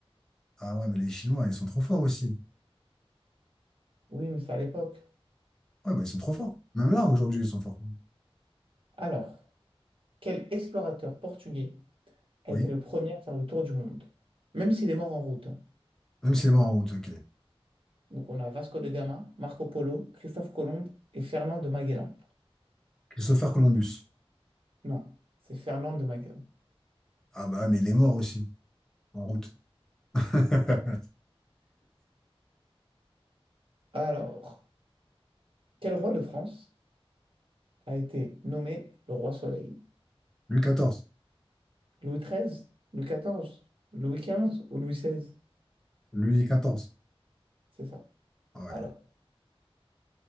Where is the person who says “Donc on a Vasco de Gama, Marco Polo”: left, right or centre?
Right